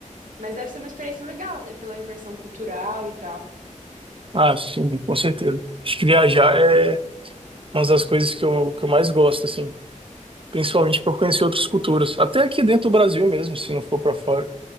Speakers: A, on the right (about 85°); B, on the right (about 45°).
A: Mas deve ser uma experiência legal, até pela imersão cultural e tal.
B: Ah, sim, com certeza. Acho que viajar é uma das coisas que eu, que eu mais gosto, assim. principalmente por conhecer outras culturas, até aqui dentro do Brasil mesmo, se não for para fora.